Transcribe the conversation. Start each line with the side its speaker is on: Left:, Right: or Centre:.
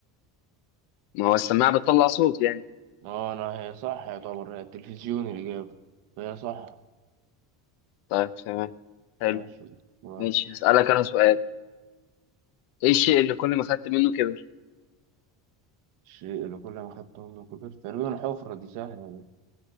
Left: ما هو السماعة بتطلع صوت يعني
Right: اه انا هي صح يعتبر هي التلفزيون الإجابة هي صح
Left: طيب تمام حلو
Right: ماشي تمام.
Left: ماشي هسألك انا سؤال ايه الشيء اللي كل ما خدت منه كبر
Right: الشيء اللي كل ما خدته منه كبر تقريبا الحفرة دي سهلة دي